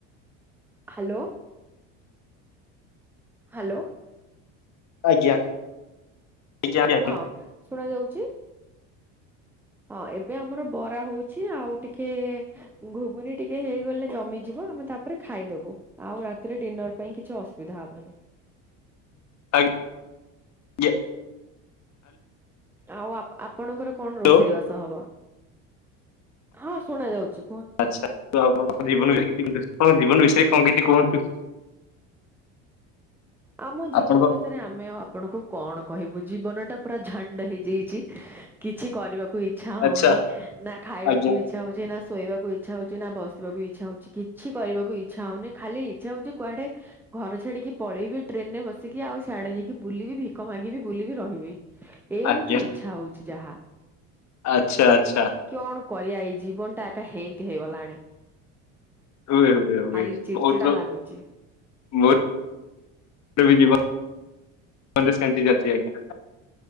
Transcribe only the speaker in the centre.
ହ୍ୟାଲୋ। ହ୍ୟାଲୋ।
ହଁ ଶୁଣା ଯାଉଚି। ହଁ ଏବେ ଆମର ବରା ହୋଉଚି ଆଉ ଟିକେ ଗୁଗୁନି ଟିକେ ହେଇଗଲେ ଜମିଯିବ ଆମେ ତାପରେ ଖାଇଦବୁ। ଆଉ ରାତିରେ ଡିନର ପାଇଁ କିଛି ଅସୁବିଧା ହବନି।
ଆଉ ଆପଣଙ୍କର କଣ
ରୋଷେଇ ବାସ ହବ? ହଁ ଶୁଣା ଯାଉଚି।
ଆମ ଜୀବନ
ବିଷୟରେ ଆମେ ଆଉ ଆପଣଙ୍କୁ କଣ କହିବୁ ଜୀବନ ଟା ପୁରା ଝଣ୍ଡ ହେଇଯାଇଚି। କିଛି କରିବାକୁ ଇଚ୍ଛା ହଉନି
ନା ଖାଇବାକୁ
ଇ ଇଚ୍ଛା ହୋଉଚି ନା ଶୋଇବାକୁ ଇଚ୍ଛା ହୋଉଚି, ନା ବସିବାକୁ ଇଚ୍ଛା ହୋଉଚି କିଛି କରିବାକୁ ଇଚ୍ଛା ହୋଉନି, ଖାଲି ଇଚ୍ଛା ହୋଉଚି କୁଆଡେ ଘର ଛାଡିକି ପଳେଇବି। ଟ୍ରେନ ରେ ବସିକି ଆଉ ସିଆଡେ ଯାଇକି ବୁଲିବି ଭିକ ମାଗିବି ବୁଲିବି ରହିବି। ଏମିତି
ଇଚ୍ଛା ହୋଉଚି ଯାହା।
କିଅଣ କରିବା ଏଇ ଜୀବନ ଟା ଏକା ହେମିତି ହେଇଗଲାଣି।
ଖାଲି ଚିଡଚିଡା
ଲାଗୁଛି